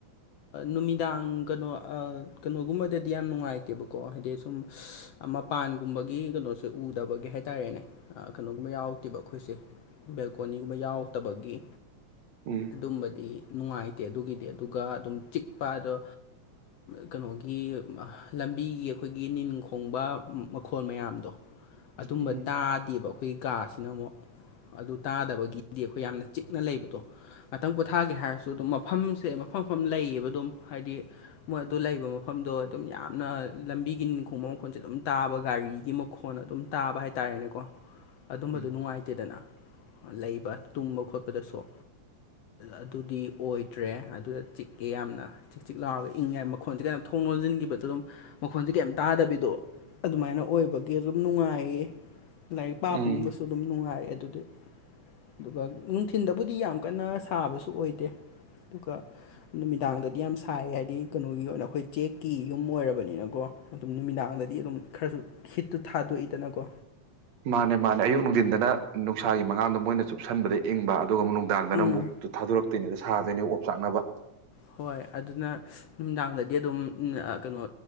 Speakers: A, on the left (about 70°); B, on the right (about 65°).
A: ꯅꯨꯃꯤꯗꯥꯡ ꯀꯩꯅꯣ ꯀꯩꯅꯣꯒꯨꯝꯕꯗꯗꯤ ꯌꯥꯝ ꯅꯨꯡꯉꯥꯏꯇꯦꯕꯀꯣ ꯍꯥꯏꯗꯤ ꯁꯨꯝ ꯃꯄꯥꯟꯒꯨꯝꯕꯒꯤ ꯁꯤ ꯀꯩꯅꯣꯁꯦ ꯎꯗꯕꯒꯤ ꯍꯥꯏꯇꯥꯔꯦꯅꯦ ꯀꯩꯅꯣꯒꯨꯝꯕ ꯌꯥꯎꯗꯦꯕ ꯑꯩꯈꯣꯏꯁꯦ ꯕꯦꯜꯀꯣꯅꯤꯒꯨꯝꯕ ꯌꯥꯎꯦ ꯇꯕꯒꯤ
B: ꯎꯝ
A: ꯑꯗꯨꯝꯕꯗꯤ ꯅꯨꯡꯉꯥꯏꯇꯦ ꯑꯗꯨꯒꯤꯗꯤ ꯑꯗꯨꯒ ꯑꯗꯨꯝ ꯆꯤꯛꯄ ꯑꯗꯣ ꯀꯩꯅꯣ <unintelligible> ꯄꯤꯒꯤ ꯑꯩꯈꯣꯏꯒꯤ ꯅꯤꯟ ꯈꯣꯡꯕ ꯃꯈꯣꯜ ꯃꯌꯥꯝꯗꯣ ꯑꯗꯨꯝꯕ
B: ꯎꯝ
A: ꯇꯥꯗꯦꯕ ꯑꯩꯈꯣꯏꯒꯤ ꯀꯥꯁꯤꯅ ꯑꯃꯨꯛ ꯑꯗꯨ ꯇꯥꯗꯕꯒꯤ ꯗꯤ ꯑꯩꯈꯣꯏ ꯌꯥꯝꯅ ꯆꯤꯛꯅ ꯂꯩꯕꯗꯣ ꯉꯥꯛꯇꯪ ꯄꯣꯊꯥꯒꯦ ꯍꯥꯏꯔꯁꯨ ꯑꯗꯨꯝ ꯃꯐꯝꯁꯦ ꯃꯐꯝ ꯃꯐꯝ ꯂꯩꯌꯦꯕ ꯑꯗꯨꯝ ꯍꯥꯏꯗꯤ ꯃꯣꯏ ꯑꯗꯨ ꯂꯩꯕ ꯃꯐꯝꯗꯣ ꯑꯗꯨꯝ ꯌꯥꯝꯅ ꯂꯝꯕꯤꯒꯤ ꯅꯤꯡꯈꯣꯡ ꯃꯈꯣꯟꯁꯦ ꯑꯗꯨꯝ ꯇꯥꯕ ꯒꯥꯔꯤ ꯔꯤꯒꯤ ꯃꯈꯣꯟ ꯑꯗꯨꯝ ꯇꯥꯕ ꯍꯥꯏꯇꯥꯔꯦꯅꯦꯀꯣ ꯑꯗꯨꯝꯕꯗꯨꯣ
B: ꯎꯝ
A: ꯅꯨꯡꯉꯥꯏꯇꯦꯗꯅ ꯂꯩꯕ ꯇꯨꯝꯕ ꯈꯣꯠꯄꯗꯁꯨ ꯑꯗꯨꯗꯤ ꯑꯣꯏꯗ꯭ꯔꯦ ꯑꯗꯨꯗ ꯆꯤꯛꯑꯦ ꯌꯥꯝꯅ ꯆꯤꯛ ꯆꯤꯛ ꯂꯥꯎꯔꯒ ꯏꯪꯉꯦ ꯃꯈꯣꯟꯁꯦ ꯀꯩꯅꯣꯝ ꯊꯣꯡ ꯂꯣꯟꯁꯤꯟꯈꯤꯕꯗꯣ ꯑꯗꯨꯝ ꯃꯈꯣꯟꯁꯦ ꯀꯩ ꯇꯥꯗꯕꯤꯗꯣ ꯑꯗꯨꯃꯥꯏꯅ ꯑꯣꯏꯕꯒꯤ ꯑꯗꯨꯝ ꯅꯨꯡꯉꯥꯏꯌꯦ ꯂꯥꯏꯔꯤꯛ ꯄꯥꯄꯒꯨꯝꯕꯁꯨ
B: ꯎꯝ
A: ꯑꯗꯨꯝ ꯅꯨꯡꯉꯥꯏꯔꯦ ꯑꯗꯨꯗꯤ ꯑꯗꯨꯒ ꯅꯨꯡꯊꯤꯟꯗꯕꯨꯗꯤ ꯌꯥꯝ ꯀꯟꯅ ꯁꯥꯕꯁꯨ ꯑꯣꯏꯗꯦ ꯑꯗꯨꯒ ꯅꯨꯃꯤꯗꯥꯡꯗꯗꯤ ꯌꯥꯝ ꯁꯥꯏ ꯍꯥꯏꯗꯤ ꯀꯩꯅꯣꯒꯤ ꯑꯣꯏꯅ ꯑꯩꯈꯣꯏ ꯆꯦꯛꯀꯤ ꯌꯨꯝ ꯑꯣꯏꯔꯕꯅꯤꯅꯀꯣ ꯑꯗꯨꯝ ꯅꯨꯃꯤꯗꯥꯡꯗꯗꯤ ꯑꯗꯨꯝ ꯈꯔꯁꯨ ꯍꯤꯠꯇꯨ ꯊꯥꯗꯣꯛꯏꯗꯅꯀꯣ
B: ꯃꯥꯅꯦ ꯃꯥꯅꯦ ꯑꯌꯨꯛ ꯅꯨꯡꯊꯤꯟꯗꯅ ꯅꯨꯡꯁꯥꯒꯤ ꯃꯉꯥꯗꯣ ꯃꯣꯏꯅ ꯆꯨꯞꯁꯟꯕꯗ ꯏꯪꯕ ꯑꯗꯨꯒ ꯑꯃꯨꯛ ꯅꯨꯡꯗꯥꯡꯗꯅ
A: ꯎꯝ
B: ꯑꯃꯨꯛꯇꯨ ꯊꯥꯗꯣꯔꯛꯇꯣꯏꯅꯤꯗ ꯁꯥꯗꯣꯏꯅꯦ ꯑꯣꯞ ꯆꯥꯛꯅꯕ
A: ꯍꯣꯏ ꯑꯗꯨꯅ ꯅꯨꯡꯗꯥꯡꯗꯗꯤ ꯑꯗꯨꯝ ꯀꯩꯅꯣ